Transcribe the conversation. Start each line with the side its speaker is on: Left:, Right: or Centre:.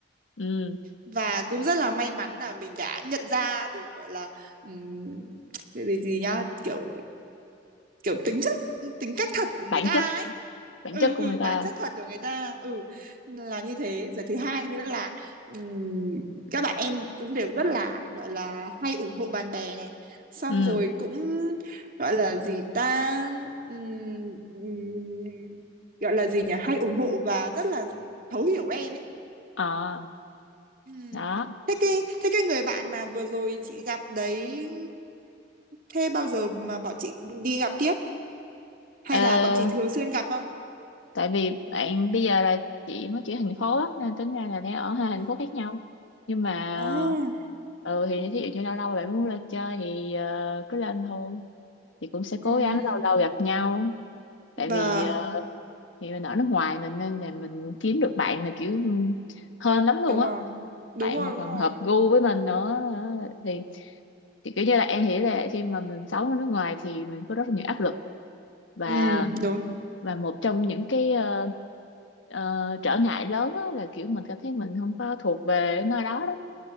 Left: ừ,
Right: và cũng rất là may mắn là mình đã nhận ra được gọi là ừm, cái gì gì nhá kiểu kiểu tính chất tính cách thật của người
Left: bản
Right: ta
Left: chất
Right: ấy
Left: bản
Right: ừ
Left: chất của
Right: ừ
Left: người
Right: bản
Left: ta
Right: chất thật của người ta ừ là như thế rồi thứ hai nữa là ừm, các bạn em cũng đều rất là gọi là hay ủng hộ bạn bè này xong
Left: ừ
Right: rồi cũng gọi là gì ta ừm, ừm, gọi là gì nhỉ hay ủng hộ và rất là thấu hiểu em ấy
Left: ờ
Right: Ừm.
Left: đó
Right: thế cái thế cái người bạn mà vừa rồi chị gặp đấy thế bao giờ mà bọn chị đi gặp tiếp hay
Left: Ờ,
Right: là bọn chị thường xuyên gặp không?
Left: tại vì bạn bây giờ là chị mới chuyển thành phố á nên tính ra là đang ở hai thành
Right: Ừ.
Left: phố khác nhau nhưng mà
Right: Oh,
Left: ừ thì thí dụ như lâu lâu bạn muốn lên chơi thì ờ, cứ lên thôi thì cũng sẽ cố
Right: ừm,
Left: gắng lâu lâu gặp nhau tại
Right: Vâng,
Left: vì ờ, thì mình ở nước ngoài mình nên là mình kiếm được bạn là kiểu hên lắm luôn
Right: đúng
Left: á
Right: rồi. Đúng
Left: bạn
Right: rồi,
Left: mà
Right: đúng
Left: còn
Right: rồi.
Left: hợp gu với mình nữa ờ, thì thì kiểu như là em hiểu là khi mà mình sống ở nước ngoài thì mình có rất là nhiều áp lực và
Right: Ừ, đúng.
Left: và một trong những cái ờ, ờ, trở ngại lớn á là kiểu mình cảm thấy mình không có thuộc về nơi đó đó